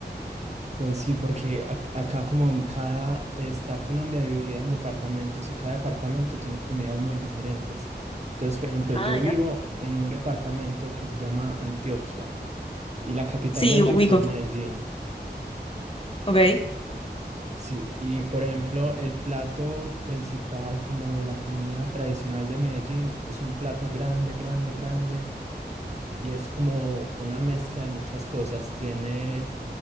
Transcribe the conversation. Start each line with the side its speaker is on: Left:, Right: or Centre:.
Right: Pues sí, porque ac- acá como en cada, está Colombia dividida en departamentos y cada departamento tiene comidas muy diferentes. Entonces, por ejemplo,
Left: Ah,
Right: yo
Left: mira.
Right: vivo en un departamento que se llama Antioquia y la capital
Left: Sí,
Right: de Antioquia
Left: ubico.
Right: es Medellín.
Left: Ok.
Right: Sí, y por ejemplo, el plato principal, como la comida tradicional de Medellín, es un plato grande, grande, grande y es como una mezcla de muchas cosas. Tiene